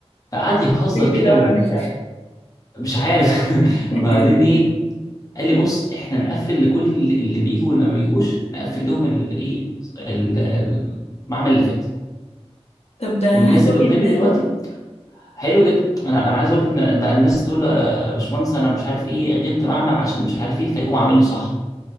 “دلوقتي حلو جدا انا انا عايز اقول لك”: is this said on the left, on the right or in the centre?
Left